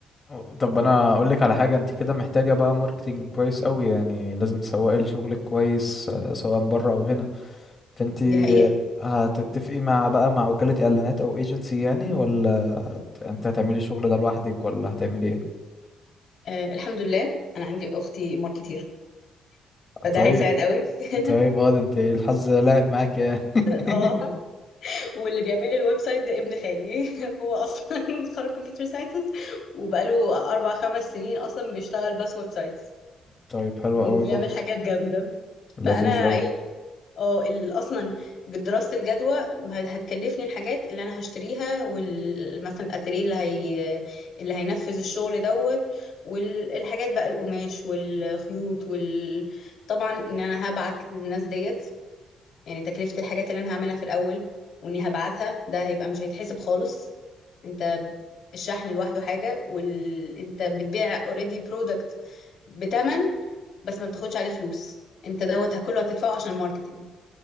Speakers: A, on the left; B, on the left.
A: أو- طب انا اقول لك على حاجه انت كده محتاجه بقى ماركتينج كويس قوي يعني لازم تسوقي لشغلك كويس آه، سواء بره او هنا فانت
B: دي حقيقه
A: هتتفقي مع بقى مع وكاله اعلانات او ايجنسي يعني ولا هت- انت هتعملي الشغل ده لوحدك ولا هتعملي ايه
B: آه، الحمد لله انا عندي اختي ماركتير فده
A: طيب
B: هيساعد قوي <laughs>
A: طيب اه ده انت الحظ لاعب معاك يعني <laughs>
B: اه واللي بيعمل لي الويب سايت ده ابن خالي <laughs> هو اصلا <laughs> متخرج كمبيوتر ساينسز وبقاله اربع خمس سنين اصلا بيشتغل بس ويب سايت
A: طيب حلو
B: وبيعمل
A: قوي برضه
B: حاجات جامدة
A: لذيذ
B: فأنا إيه
A: قوي
B: اه ال- أصلا دراسة الجدوى هت- هتكلفني الحاجات اللي أنا هشتريها ومثلا الأتيليه اللي هي اللي هينفذ الشغل دوت والحاجات بقى القماش والخيوط وال طبعا إن أنا هبعت للناس ديت يعني تكلفة الحاجات اللي أنا هعملها في الأول وإني هبعتها ده هيبقى مش هيتحسب خالص أنت الشحن لوحده حاجة وال... أنت بتبيع اوريدي برودكت بتمن بس ما بتاخدش عليه فلوس أنت دوت كله هتدفعه عشان الماركتينج